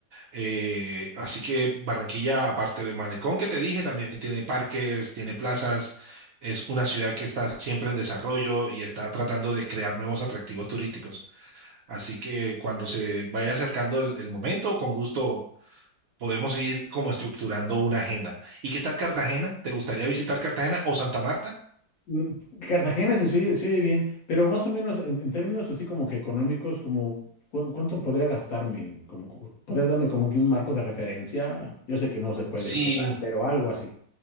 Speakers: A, on the right; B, on the left.
A: Eh, así que Barranquilla, aparte del malecón que te dije, también tiene parques, tiene plazas. Es una ciudad que está siempre en desarrollo y está tratando de crear nuevos atractivos turísticos. Así que cuando se vaya acercando el, el momento, con gusto podemos ir como estructurando una agenda. ¿Y qué tal Cartagena? ¿Te gustaría visitar Cartagena o Santa Marta?
B: Mm, Cartagena se, se oye, se oye bien, pero más o menos en, en términos así como que económicos, como ¿cuán- cuánto podría gastarme, como como- podrías darme como que un marco de referencia. Yo sé que no se puede
A: Sí,
B: decir total, pero algo así.